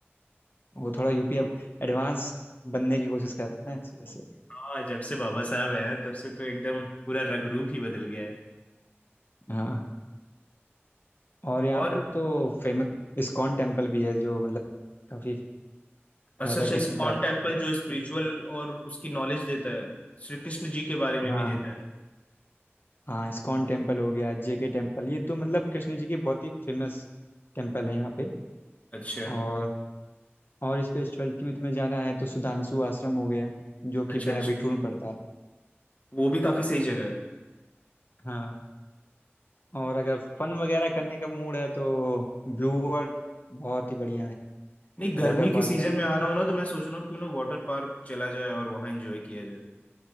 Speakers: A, on the left; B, on the left.
A: वो थोड़ा यूपी अब एडवांस बनने की कोशिश कर रहा है ना इस वजह से
B: हाँ जब से बाबा साहब आए हैं तब से तो एकदम पूरा रंग रूप ही बदल गया है
A: हाँ और यहाँ
B: और
A: पे तो फेमस इस्कॉन टेम्पल भी है जो मतलब काफी
B: अच्छा
A: राधा
B: अच्छा
A: कृष्ण
B: इस्कॉन
A: का
B: टेम्पल जो स्पिरिचुअल और उसकी नॉलेज देता है श्री कृष्ण जी के बारे
A: हाँ
B: में भी देता है
A: हाँ इस्कॉन टेम्पल हो गया जेके टेम्पल ये तो मतलब कृष्ण जी के बहुत ही फेमस टेम्पल है यहाँ पे
B: अच्छा
A: और और स्पिरिचुअलिटी में तुम्हें जाना है तो सुधांशु आश्रम हो गया जो कि
B: अच्छा
A: बिना
B: अच्छा
A: बिठूर में पड़ता है
B: वो भी काफी सही जगह है
A: हाँ और अगर फन वगैरह करने का मूड है तो ब्लू वर्ल्ड बहुत ही बढ़िया है
B: नहीं गर्मी
A: वाटर पार्क
B: के सीजन
A: है
B: में आ रहा हूँ ना तो मैं सोच रहा हूँ क्यों ना वाटर पार्क चला जाए और वहां एंजॉय किया जाए